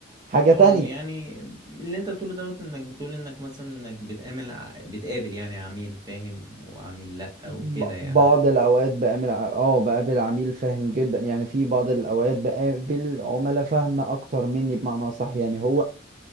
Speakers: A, on the right (about 40°); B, on the right (about 20°).
A: حاجه
B: طبعا
A: تانية
B: يعني اللي انت بتقوله دوت انك بتقول انك مثلا انك بتقابل ع- بتقابل يعني عميل فاهم وعميل لأ
A: ب-
B: وكده يعني
A: بعض الاوقات بقابل ع- اه بقابل عميل فاهم جدا يعني في بعض الاوقات بقابل عملاء فاهمه اكتر مني بمعنى صح يعني هو